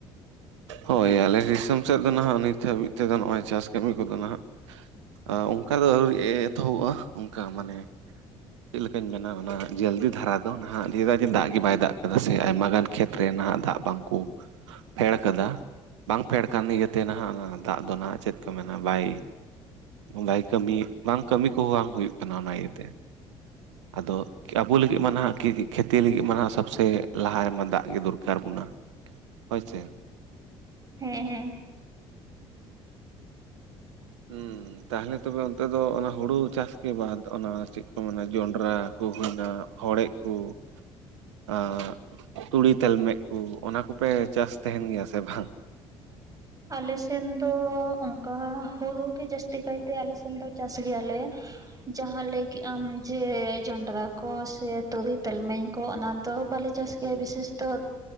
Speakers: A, on the right; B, on the right.
A: ᱦᱳᱭ ᱟᱞᱮ ᱫᱤᱥᱚᱢ ᱥᱮᱫ ᱫᱚ ᱱᱟᱦᱟᱜ ᱱᱤᱛ ᱦᱟᱹᱵᱤᱡ ᱛᱮᱫᱚ ᱱᱚᱜᱼᱚᱭ ᱪᱟᱥ ᱠᱟᱹᱢᱤ ᱠᱚᱫᱚ ᱱᱟᱦᱟᱜ ᱟᱸ ᱚᱱᱠᱟ ᱫᱚ ᱟᱹᱣᱨᱤ ᱮ ᱮᱛᱚᱦᱚᱵᱚᱜᱼᱟ ᱚᱱᱠᱟ ᱢᱟᱱᱮ ᱪᱮᱫ ᱞᱮᱠᱟᱧ ᱢᱮᱱᱟ ᱚᱱᱟ ᱡᱟᱹᱞᱫᱤ ᱫᱷᱟᱨᱟ ᱫᱚ ᱱᱟᱦᱟᱜ ᱱᱤᱭᱟᱹᱫᱟᱜ ᱡᱮ ᱫᱟᱜ ᱜᱮ ᱵᱟᱭ ᱫᱟᱜ ᱠᱟᱫᱟ ᱥᱮ ᱟᱭᱢᱟ ᱜᱟᱱ ᱠᱷᱮᱛ ᱨᱮ ᱱᱟᱦᱟᱜ ᱫᱟᱜ ᱵᱟᱝᱠᱩ ᱯᱷᱮᱲ ᱠᱟᱫᱟ ᱵᱟᱝ ᱯᱷᱮᱲ ᱠᱟᱱ ᱤᱭᱟᱹᱛᱮ ᱱᱟᱦᱟᱜ ᱚᱱᱟ ᱫᱟᱜ ᱫᱚ ᱱᱟᱦᱟᱜ ᱪᱮᱫ ᱠᱚ ᱢᱮᱱᱟ ᱵᱟᱭ ᱵᱟᱭ ᱠᱟᱹᱢᱤ ᱵᱟᱝ ᱠᱟᱹᱢᱤ ᱠᱚᱦᱚᱸ ᱵᱟᱝ ᱦᱳᱭᱳᱜ ᱠᱟᱱᱟ ᱚᱱᱟ ᱤᱭᱟᱹᱛᱮ ᱟᱫᱚ ᱟᱵᱚ ᱞᱟᱹᱜᱤᱫ ᱢᱟ ᱱᱟᱦᱟᱜ ᱠᱤ ᱠᱷᱮᱛᱤ ᱞᱟᱹᱜᱤᱫ ᱢᱟ ᱱᱟᱦᱟᱜ ᱥᱚᱵᱥᱮ ᱞᱟᱦᱟ ᱨᱮᱢᱟ ᱫᱟᱜ ᱜᱮ ᱫᱚᱨᱠᱟᱨ ᱵᱚᱱᱟ ᱦᱭ ᱥᱮ ᱾
B: ᱦᱮᱸ ᱦᱮᱸ ᱾
A: ᱦᱸ ᱛᱟᱦᱚᱞᱮ ᱛᱚᱵᱮ ᱚᱱᱛᱮ ᱫᱚ ᱚᱱᱟ ᱦᱩᱲᱩ ᱪᱟᱥ ᱠᱮ ᱵᱟᱫ ᱚᱱᱟ ᱪᱮᱫ ᱠᱚ ᱢᱮᱱᱟ ᱡᱚᱱᱰᱨᱟ <inaudible> ᱦᱚᱲᱮᱜ ᱠᱚ ᱾ <unintelligible> ᱛᱩᱲᱤ ᱛᱞᱢᱮᱜ ᱠᱚ ᱚᱱᱟ ᱠᱚᱯᱮ ᱪᱟᱥ ᱛᱟᱦᱮᱱ ᱜᱮᱭᱟ ᱥᱮ ᱵᱟᱝ?
B: ᱟᱞᱮᱥᱮᱱ ᱫᱚ ᱚᱱᱠᱟ ᱦᱩᱲᱩ ᱜᱮ ᱡᱟᱹᱥᱛᱤ ᱠᱟᱭᱛᱮ ᱟᱞ ᱥᱮᱱ ᱫᱚ ᱪᱟᱥ ᱜᱮᱭᱟᱞᱮ ᱾ ᱡᱟᱦᱟᱸ ᱞᱟᱹᱭ ᱠᱮᱜ ᱟᱢ ᱡᱮ ᱡᱚᱱᱰᱨᱟ ᱠᱚ ᱥᱮ ᱛᱩᱨᱩ ᱛᱮᱞᱢᱮᱧ ᱠᱚ ᱚᱱᱟ ᱫᱚ ᱵᱟᱞᱮ ᱪᱟᱥ ᱜᱮ ᱵᱤᱥᱮᱥ ᱫᱚ